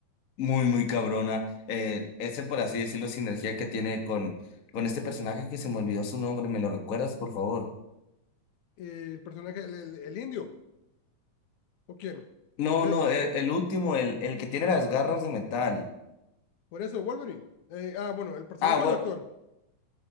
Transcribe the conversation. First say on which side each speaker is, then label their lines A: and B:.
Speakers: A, on the left; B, on the left.
A: muy, muy cabrona. Eh, ese, por así decirlo, sinergia que tiene con, con este personaje que se me olvidó su nombre. ¿Me lo recuerdas, por favor?
B: eh, el personaje, el, el- el indio, ¿o quién?
A: No,
B: Es de-
A: no, el, el último, el, el que tiene las garras de metal.
B: por eso, Wolverine. Eh, ah, bueno, el personaje
A: Ah, Wol-
B: o el actor.